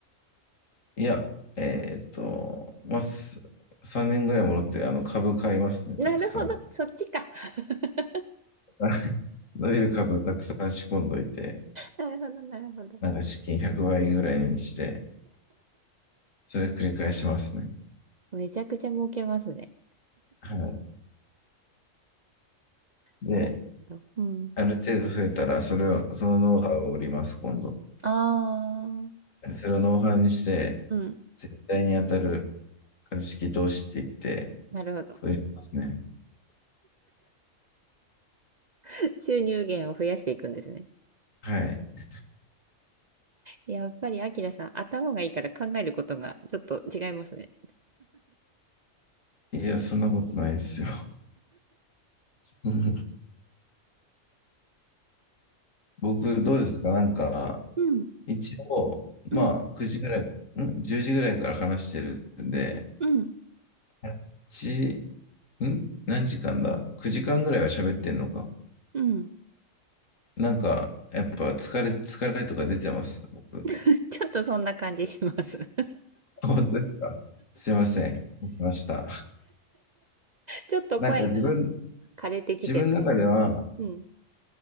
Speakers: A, on the left; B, on the right.
A: いや、えーっと、まあ、す3年ぐらい戻ってあの株買いますね、
B: なるほど、
A: たくさん。
B: そっちか。<laughs>
A: <laughs> 伸びる株たくさん仕込んどいて、
B: なるほど、なるほど。
A: なんか資金100倍ぐらいにして、それ繰り返しますね。
B: めちゃくちゃ儲けますね。
A: はい。で、
B: なるほど。うん。
A: ある程度増えたら、それを、そのノウハウを売ります、今度。
B: ああ、
A: それをノウハウにして、
B: うん。
A: 絶対に当たる株式投資って言って、
B: なるほど。
A: そう言いますね。
B: <laughs> 収入源を増やしていくんですね。
A: はい。
B: やっぱり、アキラさん、頭がいいから考えることがちょっと違いますね。
A: いや、そんなことないですよ。<laughs> 僕、どうですかなんか、
B: うん、
A: 一応、
B: うん、
A: まあ、9時ぐらい、ん ?10 時ぐらいから話してるんで、
B: うん、
A: 1、ん何時間だ ?9 時間ぐらいは喋ってんのか。
B: うん。
A: なんか、やっぱ疲れ、疲れとか出てます、僕。
B: <laughs> ちょっとそんな感じします。<laughs>
A: 本当ですかすいません。失礼しました。
B: ちょっと声が
A: なんか自分、
B: 枯れてきてる。
A: 自分の中では、
B: うん、